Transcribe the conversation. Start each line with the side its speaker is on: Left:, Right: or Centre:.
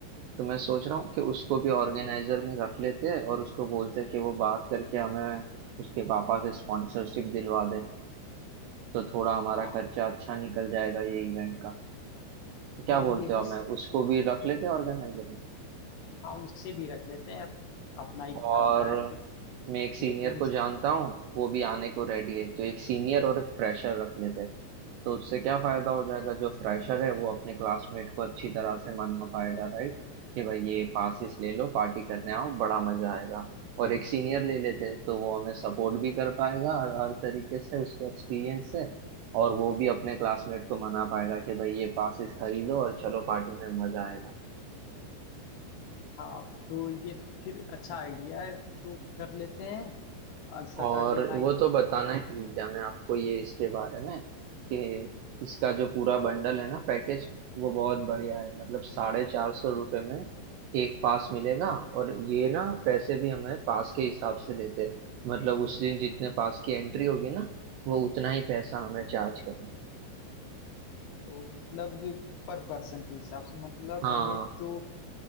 Right: तो मैं सोच रहा हूँ कि उसको भी ऑर्गेनाइजर में रख लेते हैं और उसको बोलते हैं कि वो बात करके हमें उसके पापा से स्पॉन्सरशिप दिलवा दे तो थोड़ा हमारा
Left: हाँ
Right: खर्चा अच्छा निकल जाएगा ये इवेंट का तो क्या
Left: हाँ
Right: बोलते
Left: ये
Right: हो
Left: भी
Right: हमें उसको भी रख लेते हैं ऑर्गेनाइजर में
Left: हाँ उससे भी रख लेते हैं अपना ही
Right: और
Left: फायदा है तो
Right: मैं एक सीनियर
Left: लेते हैं
Right: को
Left: उस
Right: जानता हूँ वो भी आने को रेडी है तो एक सीनियर और एक फ्रेशर रख लेते हैं तो उससे क्या फायदा हो जाएगा जो फ्रेशर है वो अपने क्लासमेट को अच्छी तरह से मना पाएगा राइट कि भाई ये पासिस ले लो पार्टी करने आओ बड़ा मजा आएगा और एक सीनियर ले लेते तो वो हमें सपोर्ट भी कर पाएगा और हर तरीके से उसके एक्सपीरियंस से और वो भी अपने क्लासमेट को मना पाएगा कि भाई ये पासिस खरीदो और चलो पार्टी में मजा आएगा
Left: हाँ तो ये फिर अच्छा आइडिया है तो कर लेते हैं सैटरडे
Right: और
Left: नाइट
Right: वो तो बताना ही भूल गया मैं आपको ये इसके बारे में कि इसका जो पूरा बंडल है ना पैकेज वो बहुत बढ़िया है मतलब साढ़े चार सौ रुपये में एक पास मिलेगा और ये ना पैसे भी हमें पास के हिसाब से लेते हैं। मतलब उस दिन जितने पास की एंट्री होगी ना वो उतना ही पैसा हमें चार्ज करेंगे
Left: मतलब पर पर्सन के हिसाब से मतलब
Right: हाँ
Left: हमें तो